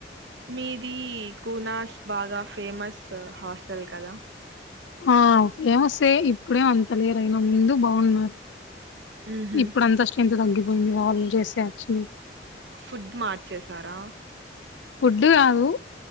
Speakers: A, on the right; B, on the left.
A: మీది కూనాస్ బాగా ఫేమస్ హాస్టల్ కదా
B: ఆ ఫేమసే ఇప్పుడెం అంత లేరయినా ముందు బాగున్నారు
A: మ్హు
B: ఇప్పుడు అంతా స్ట్రెంత్ తగ్గిపోయింది వాల్ చేసే యాక్చువల్కి
A: ఫుడ్ మార్చేశారా
B: ఫుడ్ కాదు